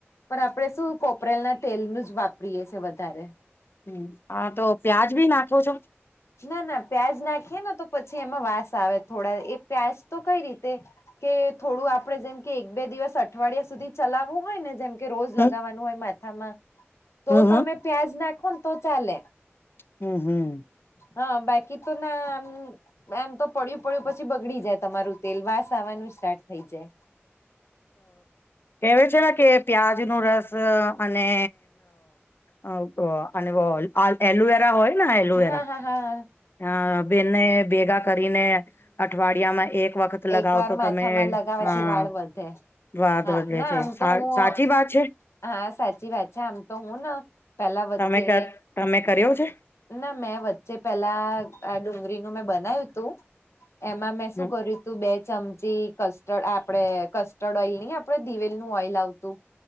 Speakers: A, on the left (about 85°); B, on the left (about 55°).
A: પણ આપણે શું કોપરેલ ના તેલનું જ વાપરીએ છે વધારે.
B: હ હા તો પ્યાજ ભી નાખો છો.
A: ના ના પ્યાજ નાખીએ ને તો પછી એમાં વાસ આવે થોડા એ પ્યાજ તો કઈ રીતે કે થોડું આપડે જેમ કે એક બે દિવસ અઠવાડિયા સુધી ચલાવવું હોય ને જેમ કે રોજ
B: હમ
A: લગાવાનું હોય માથામાં તો
B: હમ
A: તમે પ્યાજ નાખો ને તો ચાલે.
B: હમ હમ
A: હા બાકી તો ના આમ એમ તો પડય્યું પડય્યું પછી બગડી જાય તમારું તેલ વાસ આવવાનું સ્ટાર્ટ થઈ જાય.
B: કહેવાય છે ને કે પ્યાજ નો રસ અને અં આ એલોવેરા હોયને એલોવેરા.
A: હા હા હા
B: હા બેને ભેગા કરીને અઠવાડિયામાં એક વખત લગાવ
A: એક વાર
B: તો
A: માથામાં
B: તમે
A: લગાવાથી
B: હા
A: વાળ વધે.
B: વાત
A: હા
B: વધે
A: ના
B: છે
A: આમ
B: સા
A: તો હું
B: સાચી બા છે.
A: હા સાચી વાત છે આમ તો હું ન પેલા વચ્ચે
B: તમે કર તમે કર્યો છે
A: ના મેં વચ્ચે પેલા આ ડુંગળીનું મેં બનાય્યું હતું એમાં મેં શું
B: હમ
A: કર્યું તું બે ચમચી કસ્ટર્ડ આપડે કસ્ટર્ડ ઓઇલ નહી આપડે દિવેલ નું ઓઈલ આવતું